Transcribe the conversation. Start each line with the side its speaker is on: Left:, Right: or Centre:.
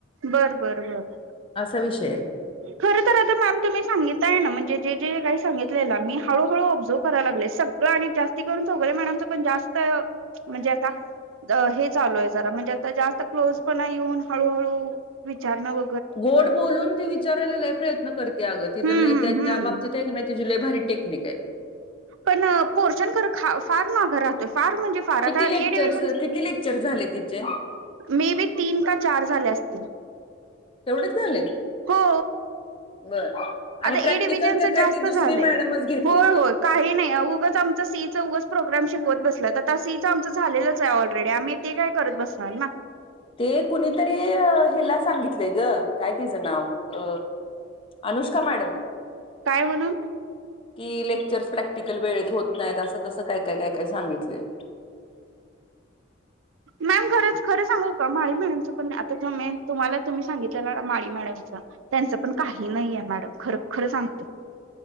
Right: बरं बरं बर.
Left: असा विषय
Right: खर खर आता मॅम तुम्ही सांगित. य ना म्हणजे जे जे काही सांगितलेला मी हळूहळू ऑबझर्व कराय लागले सगळं आणि जास्त करून <unintelligible> मॅडमच पण जास्त म्हणजे आता हे चालू आहे जरा म्हणजे आता जास्त क्लोज पण येऊन हळूहळू विचारणंर.
Left: गोड बोलून ती विचारायला ल प्रयत्न करते अगं ती
Right: हम्म
Left: जर ल
Right: हम्म
Left: त्याच्या
Right: हम्म
Left: बाबतीत एक तिची भारी टेक्निक हाय.
Right: पण पोर्शन कर फार माघार राहतोय फार म्हणजे फार
Left: किती
Right: आता
Left: लेक्चरस
Right: ए डिव्हिजन
Left: किती लेक्चर झाले तिचे
Right: मे बी तीन का चार झाले असतील.
Left: तेवढेच झालय.
Right: हो
Left: बर आणि
Right: आता
Left: प्रॅक्टिकल
Right: ए डिव्हिजनच
Left: तर काय
Right: जास्त
Left: त दुसरी
Right: झालंय.
Left: मॅडमच घेतीय
Right: होय
Left: ती
Right: होय काही नाही उगच आमचं सीचं उगच प्रोग्राम शिकवत बसल्यात सीचं आमचं झालेलंच आहे ऑलरेडी आम्ही ते काय करत बसणार ना.
Left: ते कुणीतरी हेला सांगितलेय ग काय तिचं नाव अ. अनुष्का मॅडम
Right: काय म्हणून
Left: की लेक्चर्स प्रॅक्टिकल वेळेत होत नाहीत असं तसं काय काय काय काय सांगितले.
Right: मॅम खरं खरं सांगू का मा म्हणयचं पण आता तुम्हाला तुम्ही सांगितलं. आपल्याला माळी मॅडमच त्यांच पण काही नाही आहे मॅडम खर खर सांगत.